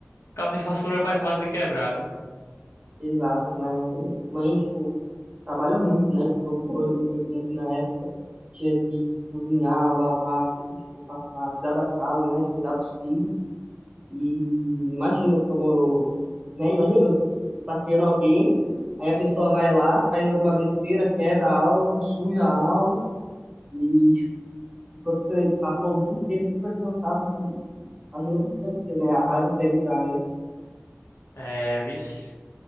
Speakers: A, on the left (about 85°); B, on the right (about 20°).
A: cabo de vassoura é mais fácil de quebrar, né?
B: exato. Mas mãe, tipo, trabalha muito, né? Fico olha- Pensando assim na época, tinha que cozinhar, lavar, tipo, passar, cuidar da casa, né? Cuidar dos filhos. E imagino como, né? Imagino, você tá criando alguém, aí a pessoa vai lá, faz alguma besteira, quebra algo, suja algo. E quando você passou o dia inteiro super cansado, assim, imagina como deve ser, né? A raiva que deve dar mesmo.
A: É, vixe.